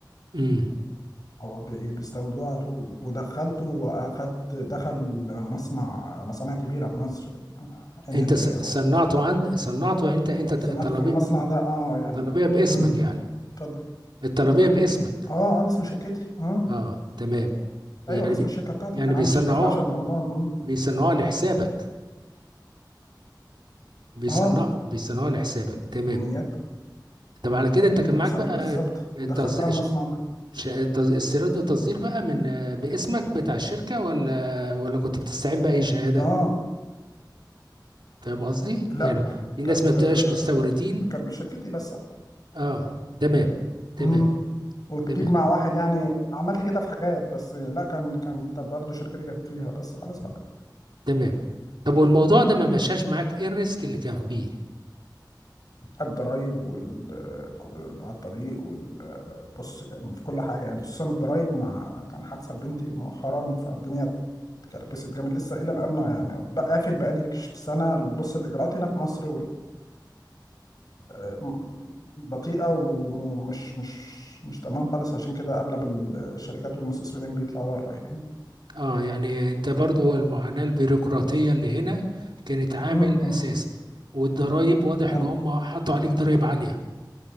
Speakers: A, on the right (about 85°); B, on the left (about 55°).
A: امم
B: هو بي- بيستوردوه على طول ودخلته وأخد دخل مصنع مصانع كبيرة في مصر انرجي
A: انت ص-
B: أو
A: صنعته عند صنعته انت انت ت-
B: صنعته
A: الطلبيه
B: في المصنع ده اه يعني
A: الطلبيه باسمك
B: مم.
A: يعني
B: اتفضل
A: الطلبيه باسمك
B: اه اه باسم شركتي اه
A: اه تمام
B: ايوه
A: يعني
B: باسم
A: بي
B: الشركة بتاعتي
A: يعني
B: كان
A: بيصنعوها
B: عندي شركة في العاشر من رمضان مم.
A: بيصنعوها لحسابك بيصنع
B: اه
A: بيصنعوها لحسابك تمام
B: كميات
A: طب على كده انت كان معاك
B: اتص-
A: بقى
B: بالظبط ودخلتها
A: تصديق
B: المصنع
A: ش...
B: ده
A: ش... تز... استيراد وتصدير بقى من آه، باسمك بتاع الشركه ولا ولا كنت بتستعين باي شهاده
B: اه
A: فاهم قصدي
B: لا
A: يعني في
B: كانت
A: ناس ما بتبقاش
B: آه،
A: مستوردين
B: كانت بشركتي بس
A: اه تمام تمام
B: امم وتجيب
A: تمام
B: مع واحد يعني عملت كده في حاجات بس لا كان كانت برضه شركتي كانت فيها بس خلاص بقى
A: تمام طب والموضوع ده ما مشاش معاك ايه الريسك اللي كان فيه
B: الضرايب وال آه، على الطريق وال آه، بص يعني في كل حاجة يعني خصوصا الضرايب مع كان حادثة لبنتي مؤخرا فالدنيا اتكربست جامد لسه إلى الآن يعني بقى قافل بقالي سنة بص الإجراءات هنا في مصر آه، بطيئة ومش مش مش تمام خالص عشان كده أغلب الشركات والمستثمرين بيطلعوا بره يعني
A: اه يعني انت برضو المعاناة البيروقراطية اللي هنا كانت عامل
B: مم،
A: اساسي
B: مم.
A: والضرايب واضح ان
B: أنا
A: هم حطوا عليك ضرايب عالية